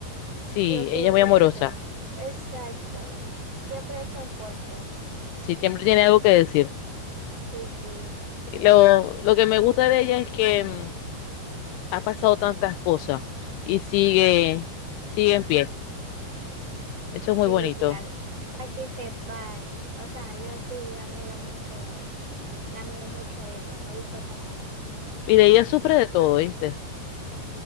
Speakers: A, on the left; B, on the right.
A: Sí,
B: y ocurrente.
A: ella es muy amorosa.
B: Exacto, siempre echa un cuento.
A: Sí, siempre tiene algo que decir.
B: Sí,
A: Lo,
B: siempre tiene.
A: lo que me gusta de ella es que mm, ha pasado tantas cosas y sigue, sigue en pie. Eso es
B: Sí,
A: muy bonito.
B: sí, Ale- para que se pare. O sea, yo sí admiro mucho, la admiro mucho a ella, me gusta cómo es.
A: Mire, ella sufre de todo, ¿viste?